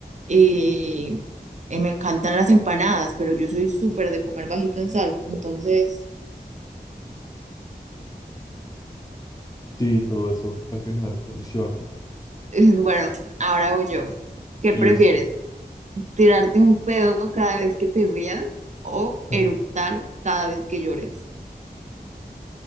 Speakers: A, on the right; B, on the left.
A: y, y me encantan las empanadas, pero yo soy súper de comer bajito en sal, entonces,
B: sí, todo eso al final funciona.
A: <laughs> bueno, ahora voy yo. ¿Qué
B: Listo.
A: prefieres? tirarte un pedo cada vez que te rías o
B: Ah.
A: eructar cada vez que llores.